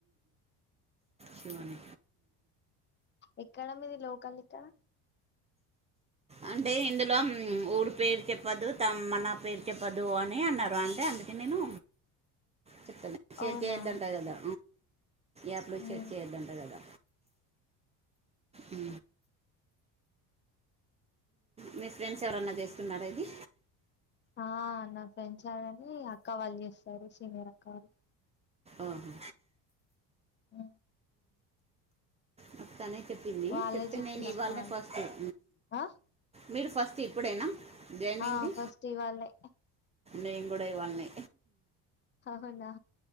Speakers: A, on the right (about 20°); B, on the left (about 30°).
A: శివాని
B: ఎక్కడ మీది లోకల్ ఇక్కడ
A: అంటే ఇందులో ఊరి పేరు చెప్పొద్దు తమ నా పేరు చెప్పద్దు అని అన్నారు అంటే అందుకే నేను చెప్తాలే ర్క్
B: అవునా
A: చేయద్ద్దంట కదా ఏప్డు
B: ఉమ్.
A: ర్ చేయొద్ద్దంట కదా అ మీ ఫ్రెండ్స్ ఎవరన్నా చేస్తున్నారా ఇది
B: ఆ నా ఫ్రెండ్ సైడని అక్క వాళ్ళు చేస్తారు సీనియర్ అక్కళ్ళు
A: ఆహా
B: ఆ
A: మొత్తానే చెప్పింది
B: వాళ్ళే
A: చెప్తే
B: చెప్పిళ
A: నేను ఇవాళనే
B: అక్క వాళ్ళు
A: ఫస్ట్ టైం
B: ఆ
A: మీరు ఫస్ట్ ఇప్పుడేనా జాయిన్
B: ఆ
A: అయింది
B: ఫస్ట్ ఇవాళే
A: నేను కూడా ఇవ్వాల్నే
B: అవునా